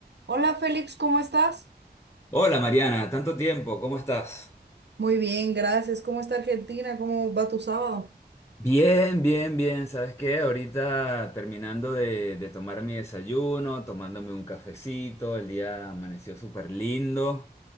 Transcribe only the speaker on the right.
Hola Félix, ¿cómo estás?
Muy bien, gracias. ¿Cómo está Argentina? ¿Cómo va tu sábado?